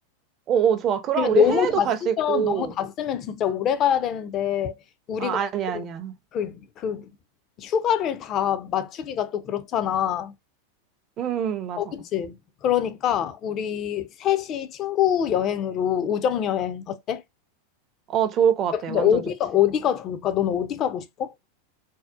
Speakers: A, on the right; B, on the left.
A: 어, 어, 좋아. 그럼
B: 왜냐면
A: 우리
B: 너무
A: 해외도
B: 다
A: 갈 수
B: 쓰면
A: 있고.
B: 너무 다 쓰면 진짜 오래 가야 되는데 우리가
A: 아, 아니야,
B: 지금
A: 아니야.
B: 그, 그 휴가를 다 맞추기가 또 그렇잖아.
A: 음, 맞아.
B: 어, 그치? 그러니까 우리 셋이 친구 여행으로 우정 여행 어때?
A: 어, 좋을 것 같아.
B: 야, 근데
A: 완전
B: 어디가
A: 좋지.
B: 어디가 좋을까? 넌 어디 가고 싶어?